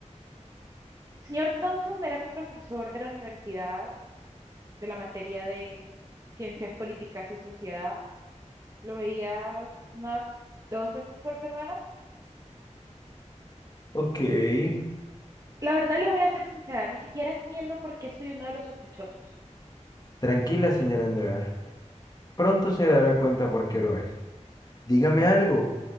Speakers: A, on the right; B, on the left.
A: El señor Thompson era mi profesor de la universidad, de la materia de ciencias políticas y sociedad. Lo veía unas dos veces por semana.
B: Ok. y-
A: La verdad le voy a ser sincera, ni siquiera entiendo por qué soy uno de los sospechosos.
B: Tranquila, señora Andrea. Pronto se dará cuenta por qué lo es. Dígame algo.